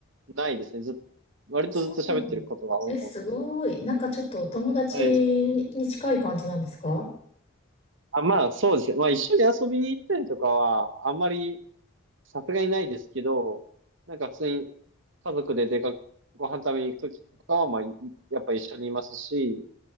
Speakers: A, on the right (about 60°); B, on the left (about 25°).
A: ないですね。ずっ、割とずっと喋ってることが多いかもしれな
B: そうなんだ。え、すごい。なんかちょっとお友達に近い感じなんですか
A: いです。はい。あ、まあ、そうですね。まあ、一緒に遊びに行ったりとかは、あんまり、さすがにないですけど、なんか普通に家族で出かけ、ご飯食べに行くときとかは、まあ、いやっぱ一緒にいますし、